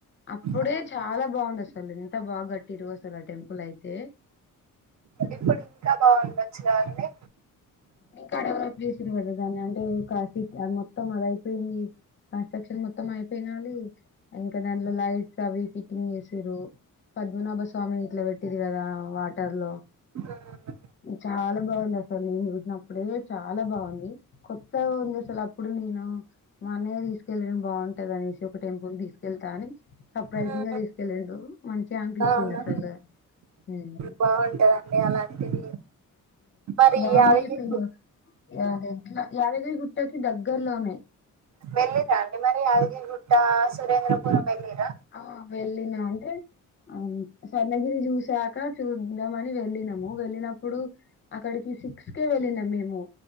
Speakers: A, on the left (about 35°); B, on the right (about 55°).
A: అప్పుడే
B: అవును.
A: చాలా బాగుంది అసలు ఇంత బాగా గట్టిరు అసలు ఆ టెంపుల్ అయితే
B: ఇప్పుడు ఇంకా బాగుండొచ్చురా అండి
A: ఇంకా డెవలప్ చేసిరు కదా, దాన్ని అంటే మొత్తం అది అయిపోయింది, కన్స్ట్రక్షన్ మొత్తం అయిపోయినాలి ఇంకా దాంట్లో లైట్స్ అవి ఫిట్టింగ్ చేసారు పద్మనాభ స్వామి ఇట్లా పెట్టిది కదా వాటర్ లో
B: ఉమ్,
A: చాలా బాగుంది అసలు నేను చూసినప్పుడే చాలా బాగుంది, కొత్తగా ఉంది అసలు అప్పుడు నేను, మా అన్నయ్య తీసుకెళ్లి బాగుంటది అనేసి ఒక టెంపుల్ తీసుకెళ్తా అని సర్ప్రైజింగ్
B: ఉమ్.
A: గా తీసుకెళ్ళడు మంచిగా అనిపించింది
B: అవునా
A: అసలు మ్
B: బాగుంటదండి అలాంటిది మరి
A: బాగుంది
B: యాదగిరి గు
A: <unintelligible> యాదగిరి గుట్టకి దగ్గర్లోనే
B: మళ్ళి తాండి మరి అ గు ఇక సురేంద్రపురం వెళ్ళిరా
A: ఆ వెళ్ళినా అంటే ఆ స్వర్ణగిరి చూసాక చూద్దామ అని వెళ్ళినాము వెళ్ళినప్పుడు అక్కడికి చూస్కె వెళ్ళినాం మేము